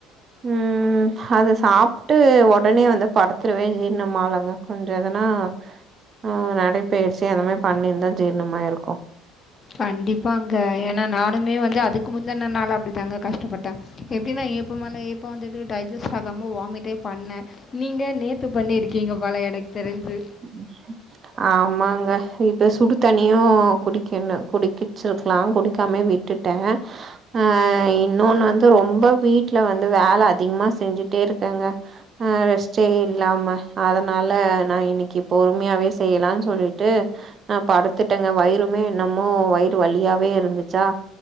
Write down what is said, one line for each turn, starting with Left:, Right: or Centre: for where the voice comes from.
Right: ம் அது சாப் ட்டு ஒடனே வந்து படுத்துருவேன் ஜீர்ணமாலங்க கொஞ்ச எதனா ஆ நடைபயிற்சி அந்த மாரி பண்ணிருதா ஜீர்ணமாயிருக்கு
Left: கண்டிப்பாங்க ஏனா நானுமே வந்து அதுக்கு முந்தன நாலு அப்டிதாங்க கஷ்டப்பட்ட எப்டின்னா ஏப்ப மேல ஏப்ப வந்துட்டு டைஜெஸ்ட் ஆகாம வாமிட்டே பண்ண நீங்க நேத்து பண்ணிருக்கீங்க போல எனக் தெரிஞ்சு
Right: <inaudible> ஆமாங்க இது சுடு தண்ணியு குடிக்கணு குடிக்கச்சிருக்கலா குடிக்காமே விட் விட்டுட்டே அ இன்னொன்னு வந்து ரொம்ப வீட்ல வந்து வேல அதிகமா செஞ்சுட்டே இருக்கேங்க ஆ ரெஸ்ட்டே இல்லாம அதனால நா இன்னைக் க்கி பொறுமையாவே செய்யலான்னு சொல்லிட்டு நா படுத்துட்டேங்க வயிருமே என்னமோ வயிறு வலியாவே இருந்துச்சா